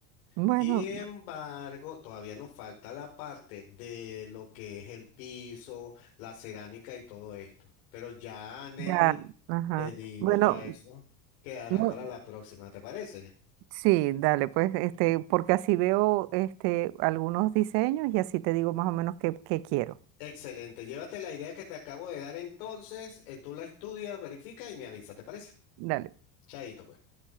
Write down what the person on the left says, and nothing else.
Sin embargo, todavía nos falta la parte de lo que es el piso, la cerámica y todo esto. Pero ya, Nelvi,
te digo,
ya eso quedará
para la próxima, ¿te parece?
Excelente. Llévate la idea que te acabo de dar entonces, eh, tú la estudias, verifica y me avisa, ¿te parece?
Chaito, pues.